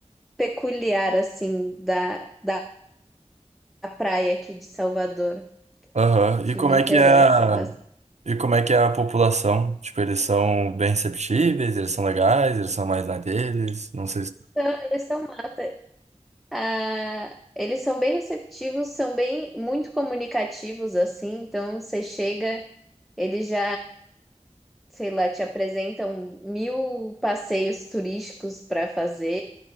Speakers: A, in the centre; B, on the right.
A: peculiar, assim, da, da praia aqui de Salvador.
B: Aham.
A: que
B: E como
A: me interessa
B: é que é a...
A: bastante.
B: E como é que é a população? Tipo, eles são bem receptíveis, eles são legais, eles são mais na deles, não sei se...
A: Então, Eles são mata. Ah, eles são bem receptivos, são bem muito comunicativos assim, então você chega, eles já, sei lá, te apresentam mil passeios turísticos para fazer,